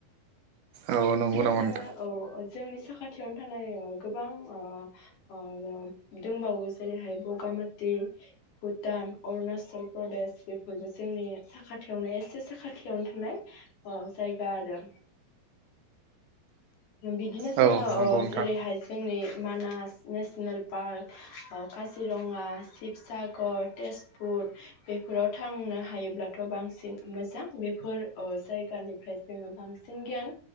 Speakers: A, on the right; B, on the left.
A: औ नंगौ
B: नो
A: नामा
B: जोङो
A: नोंथां?
B: औ जोंनि साखाथियावनो थानाय ओ गोबां ओ ओ दंबावो जेरैहाय ब'गामाथि, भुटान, अरुणाचल प्रदेश बेफोरबो जोंनि साखाथियावनो एसे साखाथियावनो थानाय ओ जायगा आरो। बिदिनो जोङो
A: औ नंगौ
B: ओ
A: नोंथां
B: जेरैहाय जोंनि मानास नेसनेल पार्क, ओ काजिरङा, शिबसागर, तेजपुर बेफोराव थांनो हायोब्लाथ' बांसिन मोजां बेफोर ओ जायगानिफ्राय जोङो बांसिन गियान